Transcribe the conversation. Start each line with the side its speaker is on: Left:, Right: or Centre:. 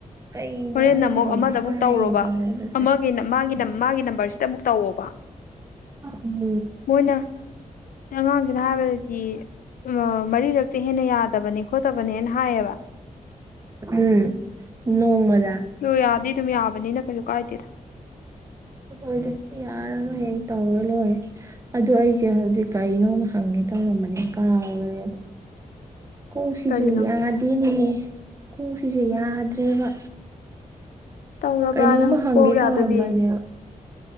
Right: ꯀꯩꯅꯣ
Left: ꯍꯣꯔꯦꯟ
Right: ꯑꯩꯅ
Left: ꯑꯃꯨꯛ
Right: ꯍꯧꯖꯤꯛ
Left: ꯑꯃꯗ ꯑꯃꯨꯛ
Right: ꯍꯥꯏꯒꯦ
Left: ꯇꯧꯔꯣꯕ
Right: ꯇꯧꯔꯝꯕꯁꯦ
Left: ꯑꯃꯒꯤ ꯃꯥꯒꯤ ꯃꯥꯒꯤ ꯅꯝꯕꯔꯁꯤꯗ ꯑꯃꯨꯛ ꯇꯧꯋꯣꯕ
Right: ꯎꯝ
Left: ꯃꯣꯏꯅ ꯑꯉꯥꯡꯁꯤꯅ ꯍꯥꯏꯕꯗꯗꯤ ꯑꯝ ꯃꯔꯤꯔꯛꯇꯩ ꯍꯦꯟꯅ ꯌꯥꯗꯕꯅꯦ ꯈꯣꯠꯇꯕꯅꯦꯅ ꯍꯥꯏꯌꯦꯕ
Right: ꯎꯝ ꯅꯣꯡ ꯃꯗ
Left: ꯑꯗꯣ ꯌꯥꯗꯤ ꯑꯗꯨꯝ ꯌꯥꯕꯅꯤꯅ ꯀꯩꯁꯨ ꯀꯥꯏꯗꯦꯗ
Right: ꯍꯣꯏꯗ ꯌꯥꯔꯒ ꯍꯦꯛ ꯇꯧꯔ ꯂꯣꯏꯔꯦ ꯑꯗꯨ ꯑꯩꯁꯦ ꯍꯧꯖꯤꯛ ꯀꯩꯅꯣꯝ ꯍꯪꯉꯦꯅ ꯇꯧꯔꯝꯕꯅꯦ ꯀꯥꯎꯔꯦꯕ ꯀꯣꯛ ꯁꯤꯁꯨ
Left: ꯀꯔꯤꯅꯣ
Right: ꯌꯥꯗꯦꯅꯦꯍꯦ ꯀꯣꯛꯁꯤꯁꯨ ꯌꯥꯗ꯭ꯔꯦꯕ
Left: ꯇꯧꯔꯕ꯭ꯔꯥ
Right: ꯀꯩꯅꯣꯝꯃꯥ
Left: ꯅꯪꯁꯨ
Right: ꯍꯪꯒꯦ
Left: ꯀꯣꯛ ꯌꯥꯗꯕꯤ
Right: ꯇꯧꯔꯝꯕꯅꯦꯕ